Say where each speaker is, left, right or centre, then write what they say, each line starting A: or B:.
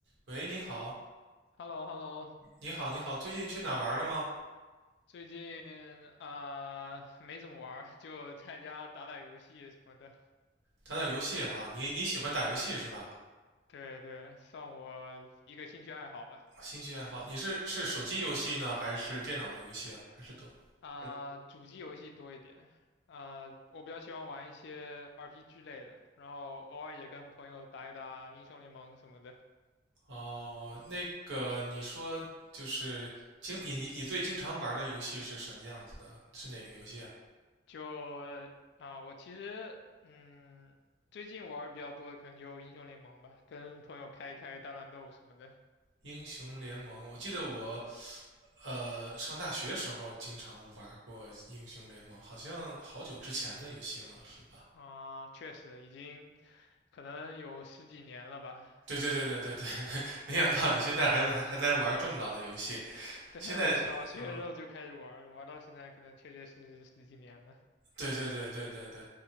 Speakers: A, on the right; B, on the left.
A: 喂，你好，
B: h e l l o h e l l o
A: 你好，你好，最近去哪玩了吗？
B: 最近啊、没怎么玩儿就在家打打游戏什么的。
A: 打打游戏哈，你你喜欢打游戏是吧？
B: 对对，算我一个兴趣爱好吧。
A: 兴趣爱好，你是是手机游戏呢，还是电脑的游戏啊？还是都？
B: 啊、
A: 还是
B: 主机游戏多一点。啊、我比较喜欢玩一些 RPG 类的，然后偶尔也跟朋友打一打英雄联盟什么的。
A: 哦，那个你说就是经你你你最经常玩的游戏是什么样子的？是哪个游戏啊？
B: 就啊、我其实嗯，最近玩儿比较多的可能就英雄联盟吧，跟朋友开一开大乱斗什么的。
A: 英雄联盟，我记得我呃上大学时候经常玩过英雄联盟，好像好久之前的游戏了，是吧？
B: 啊，确实已经可能有十几年了吧。
A: 对对对对对对，<laughs> 没想到你现在还还在玩这么老的游戏。
B: 对，<laughs> 对，
A: 现在，
B: 我小学的时候就开始玩儿了，
A: 嗯，
B: 玩到现在可能确确实实十几年了。
A: 对对对对对对，